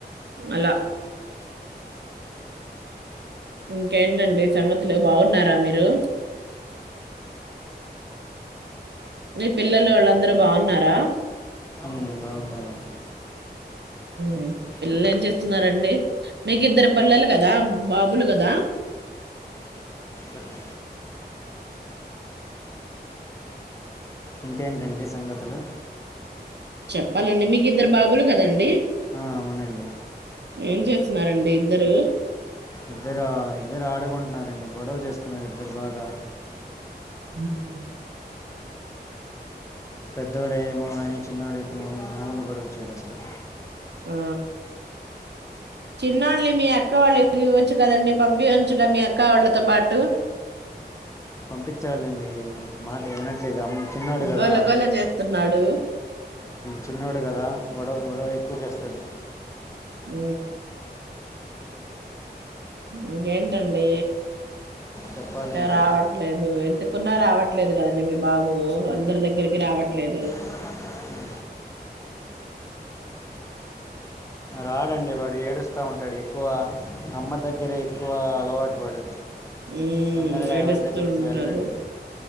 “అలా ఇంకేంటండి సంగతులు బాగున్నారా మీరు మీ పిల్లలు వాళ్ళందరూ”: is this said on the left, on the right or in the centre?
Right